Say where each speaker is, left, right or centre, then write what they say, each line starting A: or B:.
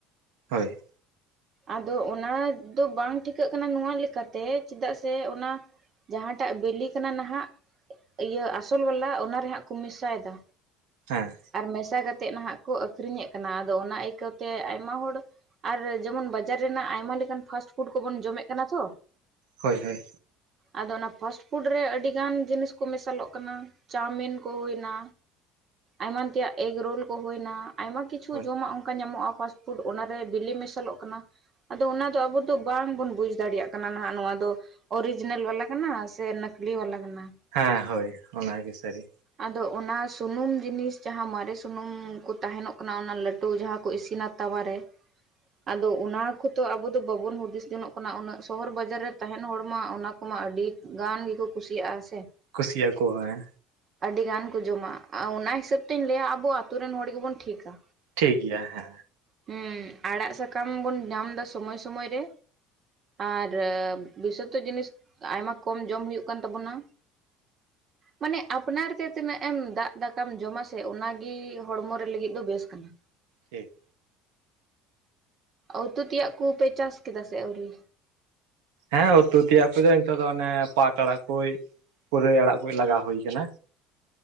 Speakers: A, on the right; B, on the right.
A: ᱦᱳᱭ
B: ᱟᱫᱚ ᱚᱱᱟ ᱫᱚ ᱵᱟᱝ ᱴᱷᱤᱠᱟᱹᱜ ᱠᱟᱱᱟ ᱱᱚᱣᱟ ᱞᱮᱠᱟᱛᱮ ᱪᱮᱫᱟᱜ ᱥᱮ ᱚᱱᱟ ᱡᱟᱸᱦᱟ ᱴᱟᱜ ᱵᱤᱞᱤ ᱠᱟᱱᱟ ᱱᱟᱸᱦᱟᱸᱜ ᱤᱭᱟᱹ ᱟᱥᱚᱞ ᱵᱟᱞᱟ ᱚᱱᱟᱨᱮ ᱦᱟᱸᱜ ᱠᱚ ᱢᱤᱥᱟᱭ-ᱫᱟ
A: ᱦᱮᱸ
B: ᱟᱨ ᱢᱮᱥᱟ ᱠᱟᱛᱮᱫ ᱱᱟᱦᱟᱜ ᱠᱚ ᱟᱹᱠᱷᱨᱤᱧ ᱮᱫ ᱠᱟᱱᱟ ᱟᱫᱚ ᱚᱱᱟ ᱟᱹᱭᱠᱟᱹᱣ ᱛᱮ ᱟᱭᱢᱟ ᱦᱚᱲ ᱟᱨ ᱡᱮᱢᱚᱱ ᱵᱟᱡᱟᱨ ᱨᱮᱱᱟᱜ ᱟᱭᱢᱟ ᱞᱮᱠᱟᱱ ᱯᱷᱟᱥᱴ ᱯᱷᱩᱰ ᱠᱚᱵᱚᱱ ᱡᱚᱢᱮᱜ ᱠᱟᱱᱟ ᱛᱚ
A: ᱦᱳᱭ ᱦᱳᱭ
B: ᱟᱫᱚ ᱚᱱᱟ ᱯᱷᱟᱥᱴ ᱯᱷᱩᱰ ᱨᱮ ᱟᱹᱰᱤ ᱜᱟᱱ ᱡᱤᱱᱤᱥ ᱠᱚ ᱢᱮᱥᱟᱞᱚᱜ ᱠᱟᱱᱟ ᱪᱟᱣᱢᱤᱱ ᱠᱚ ᱦᱩᱭᱱᱟ ᱮᱢᱟᱱ ᱛᱮᱭᱟᱜ ᱮᱜᱽᱨᱳᱞ ᱠᱚ ᱦᱩᱭᱱᱟ ᱟᱭᱢᱟ ᱠᱤᱪᱷᱩ
A: ᱦᱳᱭ
B: ᱡᱚᱢᱟᱜ ᱚᱱᱠᱟ ᱧᱟᱢᱚᱜ-ᱟ ᱯᱷᱟᱥ ᱯᱩᱰ ᱚᱱᱟᱨᱮ ᱵᱤᱞᱤ ᱢᱮᱥᱟᱞᱚᱜ ᱠᱟᱱᱟ ᱟᱫᱚ ᱚᱱᱟ ᱫᱚ ᱟᱵᱚ ᱫᱚ ᱵᱟᱝᱵᱚᱱ ᱵᱩᱡᱽ ᱫᱟᱲᱮᱭᱟᱜ ᱠᱟᱱᱟ ᱦᱟᱜ ᱱᱚᱣᱟ ᱫᱚ ᱚᱨᱤᱡᱤᱱᱟᱞ ᱵᱟᱞᱟ ᱠᱟᱱᱟ ᱥᱮ ᱱᱟᱹᱠᱞᱤ ᱣᱟᱞᱟ ᱠᱟᱱᱟ?
A: ᱦᱮ ᱦᱳᱭ ᱚᱱᱟᱜᱮ ᱥᱟᱹᱨᱤ
B: ᱟᱫᱚ ᱚᱱᱟ ᱥᱩᱱᱩᱢ ᱡᱤᱱᱤᱥ ᱡᱟᱦᱟᱸ ᱢᱟᱨᱮ ᱥᱩᱱᱩᱢ ᱠᱩ ᱛᱟᱦᱮᱱᱚᱜ ᱠᱟᱱᱟ ᱚᱱᱟ ᱞᱟᱹᱴᱩ ᱛᱩ ᱡᱟᱦᱟ ᱠᱚ ᱤᱥᱤᱱᱟ ᱛᱟᱣᱟᱨᱮ ᱟᱫᱚ ᱚᱱᱟ ᱠᱷᱚᱛᱚ ᱟᱵᱚ ᱫᱚ ᱵᱟᱵᱚᱱ ᱦᱩᱫᱤᱥ ᱡᱚᱱᱚᱜ ᱠᱟᱱᱟ ᱩᱱᱟᱹᱜ ᱥᱚᱦᱚᱨ ᱵᱟᱡᱟᱨ ᱨᱮ ᱛᱟᱦᱮᱱ ᱦᱚᱲ ᱢᱟ ᱚᱱᱟ ᱠᱚᱢᱟ ᱟᱹᱰᱤ ᱜᱟᱱ ᱜᱮᱠᱩ ᱠᱩᱥᱤᱭᱟᱜ-ᱟ ᱥᱮ
A: ᱠᱩᱥᱤᱭᱟᱜ-ᱟ ᱠᱚ ᱦᱮᱸ
B: ᱟᱹᱰᱤ ᱜᱟᱱ ᱠᱚ ᱡᱚᱢᱟ ᱚᱱᱟ ᱦᱤᱥᱟᱹᱵ ᱛᱤᱧ ᱞᱟᱹᱭᱟ ᱟᱵᱩ ᱟᱛᱳ ᱨᱮᱱ ᱦᱚᱲ ᱜᱮᱵᱚᱱ ᱴᱷᱤᱠᱟ
A: ᱴᱷᱤᱠ ᱜᱮᱭᱟ ᱦᱮ
B: ᱦᱩᱸ ᱟᱲᱟᱜ ᱥᱟᱠᱟᱢ ᱵᱚᱱ ᱧᱟᱢ ᱫᱟ ᱥᱳᱢᱳᱭ ᱥᱳᱢᱳᱭ ᱨᱮ ᱟᱨ ᱵᱤᱥᱚᱛᱚ ᱡᱤᱱᱤᱥ ᱟᱭᱢᱟ ᱠᱚᱢ ᱡᱚᱢ ᱦᱩᱭᱩᱜ ᱠᱟᱱ ᱛᱟᱵᱚᱱᱟ ᱢᱟᱱᱮ ᱟᱯ ᱯᱚᱱᱟᱨ ᱫᱮ ᱛᱤᱱᱟᱹᱜ ᱮᱢ ᱫᱟᱜ ᱫᱟᱠᱟᱢ ᱡᱚᱢ-ᱟ ᱥᱮ ᱚᱱᱟᱜᱤ ᱦᱚᱲᱢᱚ ᱨᱮ ᱞᱟᱹᱜᱤᱫ ᱫᱚ ᱵᱮᱥ ᱠᱟᱱᱟ
A: ᱴᱷᱤᱠ
B: ᱩᱛᱩ ᱛᱮᱭᱟᱜ ᱠᱩ ᱯᱮ ᱪᱟᱥ ᱠᱮᱫᱟ? ᱥᱮ ᱟᱹᱣᱨᱤ
A: ᱦᱮᱸ ᱩᱛᱩ ᱛᱮᱭᱟᱜ ᱠᱩᱫᱚ ᱤᱱᱛᱚ ᱫᱚ ᱚᱱᱮ ᱯᱟᱴ ᱟᱲᱟᱜ ᱠᱳᱭ ᱯᱩᱨᱟᱹᱭ ᱟᱲᱟᱜ ᱠᱩᱭ ᱞᱟᱜᱟ ᱦᱩᱭ ᱠᱟᱱᱟ